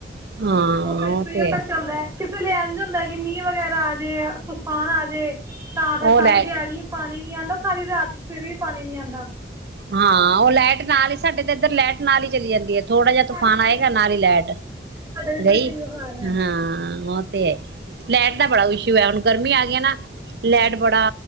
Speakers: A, on the right (about 60°); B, on the right (about 15°).
A: ਹਾਂ,
B: ਉਹ ਫਿਰ ਸ
A: ਤੇ
B: ਇਹ ਪਰ ਚੱਲਦਾ ਕਿ ਲਿਆਣ ਹੁੰਦਾ ਕਿ ਮੀਂਹ ਵਗੈਰਾ ਆ ਜੇ ਤੂਫਾਨ ਆਜੇ ਤਾਂ ਫੇਰ
A: ਉਹ
B: ਸਾਰੀ
A: ਲੈ
B: ਦਿਹਾੜੀ ਣੀ ਨੀ ਆਂਦਾ ਘਾਰੀ ਰਾਤ ਫਿਰ ਵੀ ਪਾਣੀ ਨੀ ਆਂਦਾ।
A: ਹਾਂ, ਉਹ ਲਾਈਟ ਨਾਲ ਹੀ ਸਾਡੇ ਤਾਂ ਇੱਧਰ ਲੈਟ ਨਾਲ ਹੀ ਚਲੀ ਜਾਂਦੀ ਹੈ। ਥੋੜਾ
B: ਸਾਡੀ
A: ਜਿ ਤੂਫਾਨ ਆਏਗਾ
B: ਵੀ
A: ਨਾਲ ਹੀ ਲਾਈਟ
B: ਸਾਡੇ ਇੱਧਰ
A: ਗਈ
B: ਦਾ ਇਹੋ
A: ਹਾਂ,
B: ਹਾਲ ਹੈ।
A: ਉਹ ਤੇ ਹੈ ਲਾਈਟ ਦਾ ਬੜਾ ਇਸ਼ੂ ਹੈ, ਹੁਣ ਗਰਮੀ ਆ ਗਈ ਨਾ ਲੈਟ ਬੜਾ